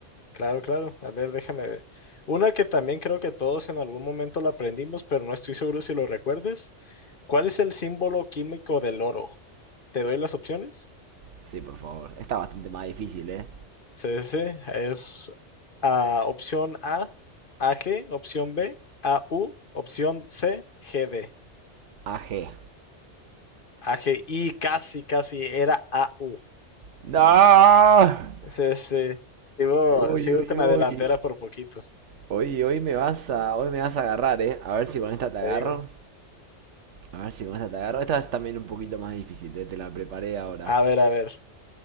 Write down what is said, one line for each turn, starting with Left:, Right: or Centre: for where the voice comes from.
Left: Claro, claro. A ver, déjame ver. Una que también creo que todos en algún momento la aprendimos, pero no estoy seguro si lo recuerdes. ¿Cuál es el símbolo químico del oro? Te doy las opciones.
Right: Sí, por favor. Está bastante más difícil, ¿eh?
Left: C, C. es ah, opción A, AG, opción B, AU, opción C, GD.
Right: AG.
Left: AG, y casi, casi era A U.
Right: ¡No!
Left: AU. CC. Sigo,
Right: Uy,
Left: sigo
Right: uy,
Left: con la
Right: uy.
Left: delantera por poquito,
Right: Hoy, hoy me vas a, hoy me vas a agarrar, ¿eh? A ver si con esta te
Left: te
Right: agarro.
Left: digo.
Right: A ver si con esta te agarro. Esta es también un poquito más difícil, ¿eh? Te la preparé ahora.
Left: A ver, a ver.